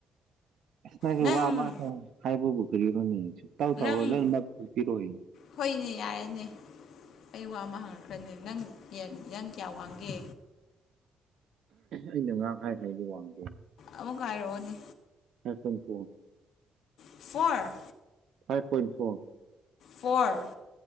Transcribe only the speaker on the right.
ꯑꯁ ꯅꯪꯁ‌ꯦ
ꯋꯥ ꯑꯃ ꯍꯥꯏꯕꯕꯨ ꯀꯔꯣꯅꯦ ꯁꯨꯛꯇꯥꯎ ꯇꯥꯎꯔ
ꯂꯣꯏꯅꯃꯛ <unintelligible> ꯈꯄꯤꯔꯣꯏ
ꯑꯩꯅ ꯉꯥꯔꯥꯡ ꯍꯥꯏꯈꯔ‌ꯦ ꯑꯩꯗꯤ ꯋꯥꯡꯗꯦ
ꯐꯥꯏꯚ ꯄꫭꯏꯟ ꯐꫭꯔ ꯋꯥꯡꯏ
five point four